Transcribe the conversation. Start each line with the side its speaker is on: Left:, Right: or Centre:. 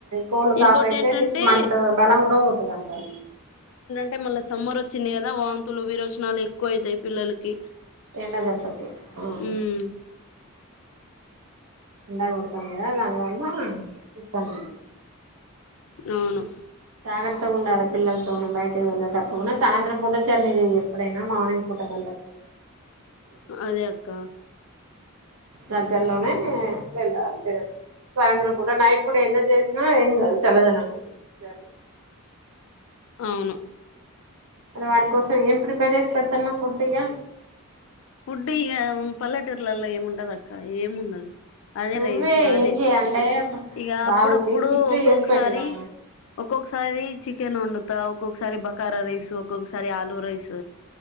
Right: కోల్డ్
Left: ఇంకోటి
Right: కాఫీ అయితే
Left: ఏంటంటే
Right: సిక్స్ మంత్ బెలం కూడా పోతుంది అంటారు
Left: అంటే మళ్ళా సమ్మర్ వచ్చింది కదా వాంతులు విరోచనాలు ఎక్కువ అవుతాయి పిల్లలకి
Right: ఎండదిబ్బకి ఆవు
Left: హ్మ్.
Right: ఎండ కొడతాం కదా దాని వల్ల ఇబ్బంది ఉతుుంది
Left: అవును
Right: జాగ్రత్తగా ఉండాలి పిల్లలతో బయటకి వెళ్ళే తప్పుండా సాయంత్రం పూట జర్నీ లేదు ఎప్పుడైనా మార్నింగ్ ప అంటబండ ఇదివేదన
Left: అదే అక్క.
Right: దగ్గర్లోనే వెళ్ళాలిర సాయంత్రం పూట నైట్ పూట ఎంత చేసినా ఏం కాదు చల్లదనానికి జర్నీ
Left: అవును
Right: వాడి కోసం ఏం ప్రిపేర్ చేసి పెడుతున్నా ఫుడ్ ఇ్యా
Left: ఫుడ్ ఇక పల్లెటూరులలో ఏముండదు అక్క ఏముండదు అదే
Right: నువ్వే
Left: రైసు అదే
Right: ఏం చేయి అంటే
Left: ఇక అప్పుడప్పుడు
Right: బాబుకి కిచిడి
Left: ఒక్కొక్కసారి
Right: చేసి పెట్టరా
Left: ఒక్కొక్కసారి చికెన్ ఉండదు ఒక్కొక్కసారి బకారా రైస్ ఒక్కొక్కసారి ఆలుూ రైస్